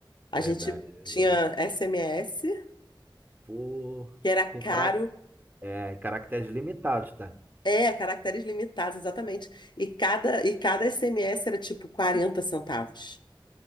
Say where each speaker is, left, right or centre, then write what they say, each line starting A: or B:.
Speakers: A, on the left (about 60°); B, on the right (about 25°).
A: A
B: verdade,
A: gente
B: verdade.
A: tinha SMS,
B: Pô,
A: que era
B: com
A: caro.
B: carac... é, caracteres limitados, tá?
A: É, caracteres limitados, exatamente. E cada, e cada SMS era tipo 40 centavos.